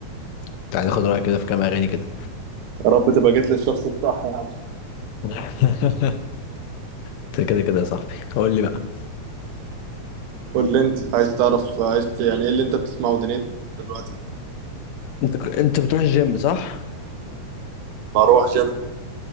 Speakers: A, on the left; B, on the right.
A: كنت عايز اخد رايك كده في كام اغاني كده
B: يا رب تبقى جيت للشخص الصح يا عم
A: <laughs> انت كده كده يا صاحبي قول لي بقى
B: قول لي انت عايز تعرف عايز ت- يعني ايه اللي انت بتسمعه دنيتك دلوقتي
A: انت ك- انت بتروح الجيم صح؟
B: بروح جيم